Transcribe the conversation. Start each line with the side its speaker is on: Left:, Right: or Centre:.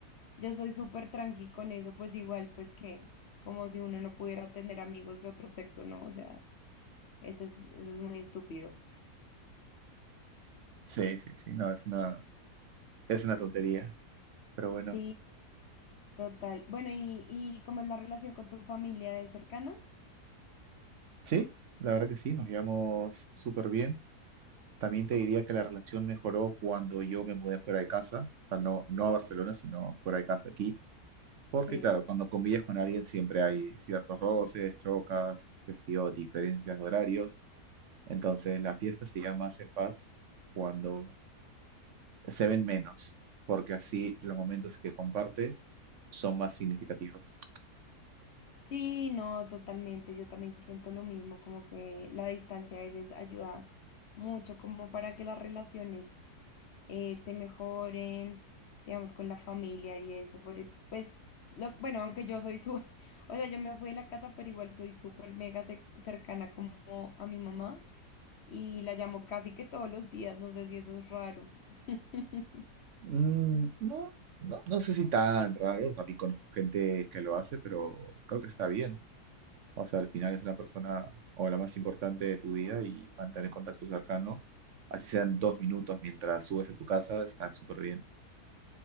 Left: Yo soy súper tranqui con eso, pues igual, pues que, como si uno no pudiera tener amigos de otro sexo, ¿no? O sea, eso es, eso es muy estúpido.
Right: Sí, sí, sí, no, es una, es una tontería. Pero bueno.
Left: Sí, total. Bueno, ¿y, y cómo es la relación con tu familia? ¿Es cercana?
Right: Sí, la verdad que sí, nos llevamos súper bien. También te diría que la relación mejoró cuando yo me mudé fuera de casa, o sea, no, no a Barcelona, sino fuera de casa aquí. Porque
Left: Sí.
Right: claro, cuando convives con alguien siempre hay ciertos roces, chocas, qué sé yo, diferencias de horarios. Entonces la fiesta se llama más en paz cuando se ven menos, porque así los momentos que compartes son más significativos.
Left: Sí, no, totalmente. Yo también siento lo mismo, como que la distancia a veces ayuda mucho como para que las relaciones eh, se mejoren, digamos, con la familia y eso, por- e, pues, lo, bueno, aunque yo soy su, <laughs> o sea, yo me fui de la casa, pero igual soy súper mega ce- cercana como a mi mamá y la llamo casi que todos los días, no sé si eso es raro. <laughs>
Right: Mm, no, no, no sé si tan raro, también conozco gente que lo hace, pero creo que está bien. O sea, al final es una persona o la más importante de tu vida y mantener contacto cercano, así sean dos minutos mientras subes a tu casa, está súper bien.